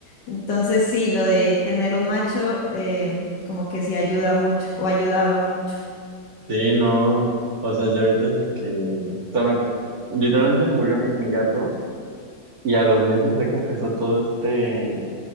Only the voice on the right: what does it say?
Sí, no, o sea, ya ahorita es de que, o sea, me- literalmente murió mi, mi gato y a los meses fue que empezó todo este